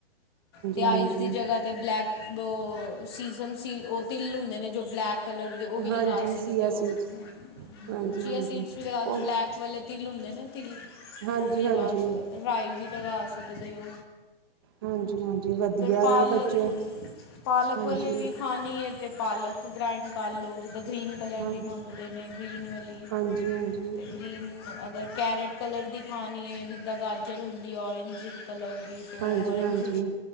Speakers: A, on the left; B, on the right.
A: ਤੇ ਆਈਜ਼
B: ਹਾਂਜੀ
A: ਦੀ ਜਗ੍ਹਾ ਤੇ ਬਲੈਕ ਬੋ ਸੀਜ਼ਮ ਸੀ-ਉਹ ਤਿਲ ਹੁੰਦੇ ਨੇ ਜੋ ਬਲੈਕ ਕਲਰ ਦੇ ਉਹ ਵੀ
B: ਹਾਂਜੀ
A: ਲਗਾ ਸਕਦੇ
B: ਸੀਆ
A: ਓ
B: ਸੀਡਸ
A: ਹੂੰ,
B: ਹਾਂਜੀ
A: ਚੀਅ
B: ਹਾਂਜੀ
A: ਸੀਡਸ ਵੀ ਲਗਾ ਦਿਓ।
B: ਉਹ
A: ਬਲੈਕ ਕ ਵੇਲੇ ਤਿਲ ਹੁੰਦੇ ਨਾ ਤਿਲ
B: ਹਾਂਜੀ
A: ਉਹ ਵੀ ਲਗਾ
B: ਹਾਂਜੀ
A: ਸਕ, ਰਾਈ ਵੀ ਲਗਾ ਸਕਦੇ ਓ।
B: ਹਾਂਜੀ, ਹਾਂਜੀ ਵਧੀਆ
A: ਪਾਲਕ
B: ਏ। ਬੱਚੇ
A: ਪਾਲਕ
B: ਹਾਂਜੀ
A: ਵਾਲੀ ਵੀ ਖਾਣੀ ਏ। ਤੇ ਪਾਲਕ ਗਰਾਇੰਡ ਕਰ ਲਓ, ਜਿੱਦਾਂ ਗ੍ਰੀਨ ਕਲਰ
B: ਹਾਂ
A: ਦੀ ਮੰਗਦੇ ਨੇ। ਗ੍ਰੀਨ ਗਰੀ
B: ਹਾਂਜੀ ਹਾਂਜੀ
A: ਤੇ ਗਰੀਨ ਅ ਅਗਰ ਕੈਰੇਟ ਕਲਰ ਦੀ ਖਾਣੀ ਹੈ, ਜਿੱਦਾਂ ਗਾਜਰ ਹੁੰਦੀ, ਔਰਂਜ ਕਲਰ ਦੀ। ਤੇ
B: ਹਾਂਜੀ
A: ਔਰਂਜ
B: ਹਾਂਜੀ